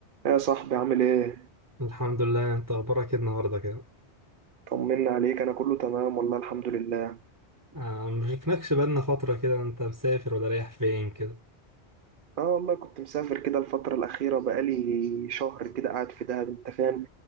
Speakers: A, on the right (about 55°); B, on the right (about 15°).
A: يا صاحبي عامل ايه؟
B: الحمد لله انت اخبارك ايه النهارده كده
A: طمنا عليك انا كله تمام والله الحمد لله
B: آه مشفناكش بقالنا فتره كده انت مسافر ولا رايح فين كده
A: اه والله كنت مسافر كده الفترة الأخيرة بقالي شهر كده قاعد في دهب انت فاهم